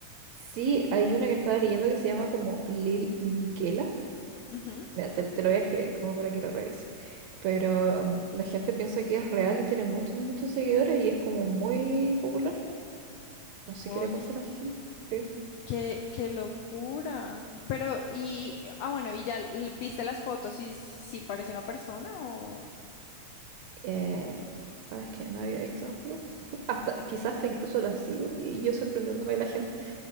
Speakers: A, on the right; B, on the left.
A: Sí, hay una que estaba leyendo que se llama como Lil Miquela.
B: Ujú.
A: Mira, te, te lo voy a escribir como para que lo revises. Pero um, la gente piensa que es real y tiene muchos, muchos seguidores y es como muy popular. No sé
B: Oye.
A: qué le pasa a la gente.
B: Qué, qué locura. Pero, y, ah, bueno, y ya l- viste las fotos y si, si parece una persona o...
A: Eh, ¿sabes qué? No había visto las fotos. <laughs> Hasta, quizás hasta incluso las sigo y yo sorprendiéndome de la gente.